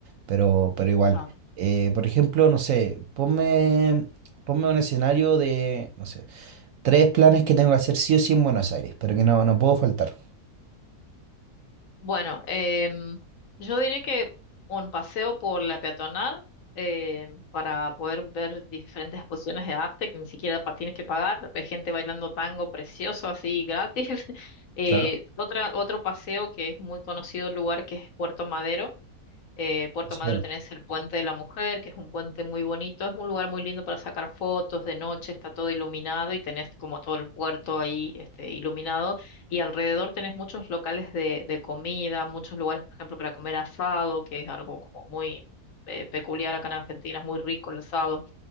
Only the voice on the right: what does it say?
Pero, pero igual.
Eh, por ejemplo, no sé, ponme, ponme un escenario de, no sé, tres planes que tengo que hacer sí o sí en Buenos Aires, pero que no, no puedo faltar.
Claro.
Sí,